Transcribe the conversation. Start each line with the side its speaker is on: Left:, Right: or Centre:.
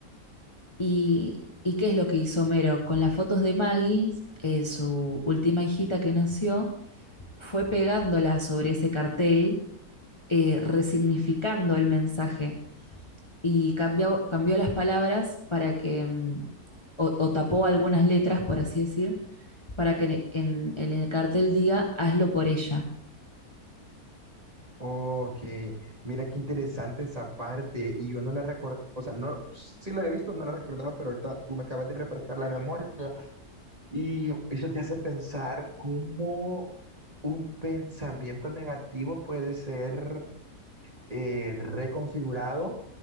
Left: ¿Y, y qué es lo que hizo Homero? Con las fotos de Maggie, eh, su última hijita que nació, fue pegándola sobre ese cartel, eh, resignificando el mensaje y cambió, cambió las palabras para que, mm, o, o tapó algunas letras, por así decir, para que en, en el cartel diga, hazlo por ella.
Right: Ok, mira qué interesante esa parte y yo no la recuerdo, o sea, no, sí la había visto, no la recordaba, pero ahorita tú me acabas de refrescar la memoria y eso te hace pensar cómo un pensamiento negativo puede ser eh, reconfigurado